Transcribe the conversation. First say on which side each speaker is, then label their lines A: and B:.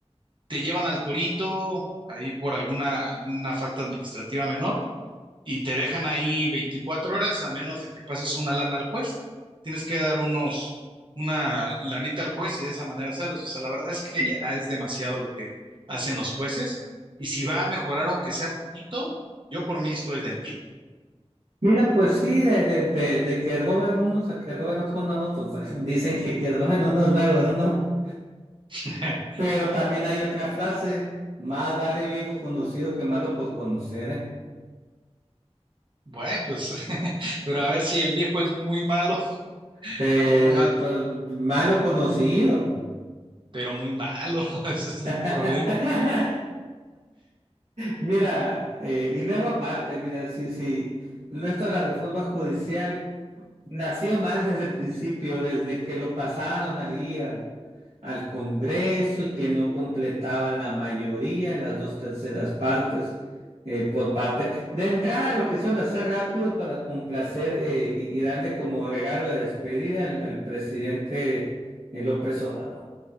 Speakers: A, on the right; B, on the right.
A: te llevan al torito ahí por alguna alguna falta administrativa menor y te dejan ahí 24 horas a menos de que pases una lana al juez. Tienes que dar unos, una lanita al juez y de esa manera sales. O sea, la verdad es que ya es demasiado lo que hacen los jueces y si va a mejorar aunque sea poquito, yo por mí estoy dentro.
B: Mira, pues sí, de, de, de, de que roben unos a que roben otros nuevos, pues <laughs> dicen que, que roben unos nuevos, ¿no?
A: <laughs>
B: Pero también hay otra frase, más vale viejo conocido que malo por conocer, ¿eh?
A: Bueno, pues, <laughs> pero a ver si el viejo es muy malo, <laughs>
B: Pero
A: a poco más,
B: pues, malo conocido.
A: pero muy malo, <laughs> ese es
B: <laughs>
A: el problema.
B: Mira, eh, y luego aparte, mira, sí, sí, el resto de la reforma judicial. Nació mal desde el principio, desde que lo pasaron ahí al, al Congreso y que no completaban la mayoría, las dos terceras partes eh, por parte. De entrada lo quisieron hacer rápido para complacer eh, y, y darle como regalo de despedida al, al presidente eh, López Obrador.